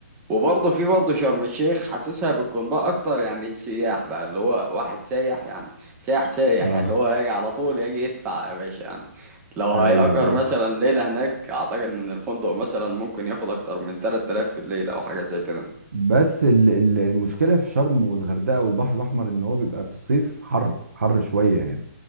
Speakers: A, on the right (about 15°); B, on the right (about 65°).
A: وبرضه في برضه شرم الشيخ حاسسها بتكون بقى اكتر يعني السياح بقى اللي هو واحد سايح يعني سايح سايح
B: اه
A: اللي هو يجي على طول يجي يدفع يا باشا يعني لو
B: ايوه
A: هيأجر
B: ايوه
A: مثلا ليلة هناك اعتقد ان الفندق مثلا ممكن ياخد اكتر من 3000 في الليلة او حاجة زي كده
B: بس ال- ال- المشكله في شرم والغردقه والبحر الاحمر ان هو بيبقى في الصيف حر حر شويه يعني